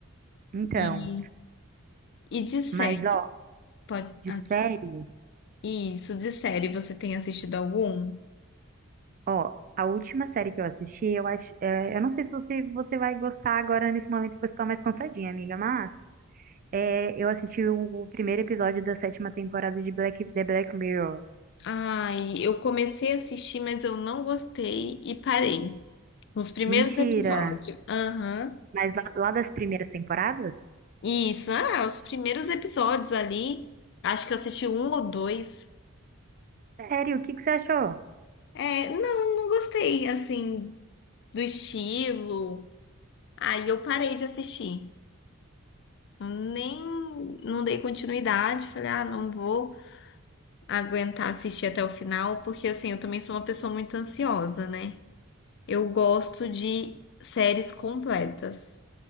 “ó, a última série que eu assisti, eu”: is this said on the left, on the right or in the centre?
Right